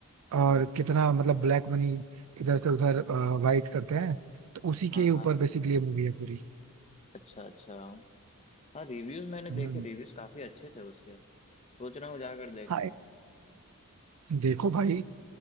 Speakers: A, on the right; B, on the left.
A: और कितना मतलब ब्लैक मनी इधर से उधर वाइट करते हैं तो उसी
B: हाँ
A: के ऊपर
B: हाँ हाँ
A: बेसिकली ये मूवी है पूरी
B: अच्छा अच्छा हाँ रिव्यूज मैंने
A: हम्म
B: देखे रिव्यूज काफी अच्छे थे उसके सोच रहा हूँ जाकर देख
A: हाँ
B: लूँ
A: एक- देखो भाई